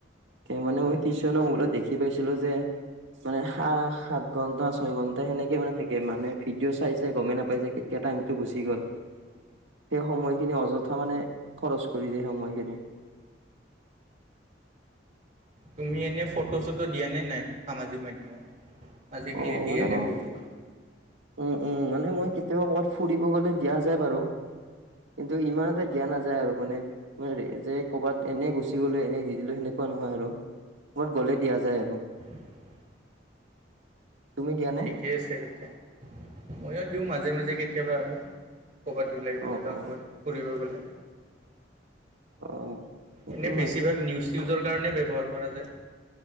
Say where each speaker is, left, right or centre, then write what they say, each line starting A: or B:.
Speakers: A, on the right; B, on the right.
A: মানে মই কিছুমানৰ মোবাইল ত দেখি পাইছিলো যে। মানে স, সাত ঘণ্টা ছয় ঘণ্টা সেনেকে মানে থাকে মানুহে ভিডিঅ' চাইছে গমেই নাপাইছে কেইটা টাইমটো গুচি গ'ল।
B: <unintelligible>
A: সেই সময়খিনি অয'থা মানে খৰচ কৰি দিয়ে সেই সময়খিনি।
B: তুমি এনেই ফটো চটো দিয় নে নাই সামাজিক মাধ্যমত, আজিকালি
A: অ
B: দিয়ে
A: মানে
B: ন
A: মোক
B: বহুতে।
A: উম, উম, মানে মই কেতিয়াবা ক'ৰবাত ফুৰিব গ'লে দিয়া যায় বাৰু। কিন্তু ইমান এটা দিয়া নাযায় আৰু মানে। যে ক'ৰবাত এনে গুচি গ'লো এনে দি দিলো সেনেকুৱা নহয় আৰু। ক'ত গ'লে দিয়া যায় আৰু।
B: <unintelligible>
A: তুমি দিয়ান
B: ঠিকে আছে এতিয়া, ময়ো দিওঁ মাজে মাজে কেতিয়াবা আৰু। ক'ৰবাত ওলাই গ'লে
A: অ
B: বা
A: অ
B: ক'ৰবাত ফুৰিব গ'লে।
A: অ সেইটো
B: এনেই বেছিভাগ
A: হয়
B: নিউজ চউজৰ কাৰণে ব্যৱহাৰ কৰা যায়।